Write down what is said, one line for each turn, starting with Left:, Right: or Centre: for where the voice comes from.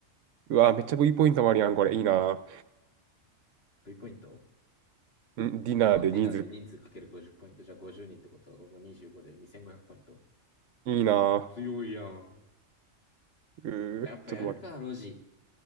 Right: うわ、めっちゃ V ポイントもあるやん、これ。いいな
Left: V ポイント
Right: ぁ。んディナーで人数、
Left: ああ、ディナーで人数かける50ポイント。じゃあ50人ってことは、ここ25で2500ポイント。
Right: いいな
Left: 強いやん。
Right: ぁ。うー、
Left: やっぱやるか、
Right: ちょっと待って。
Left: ロジ。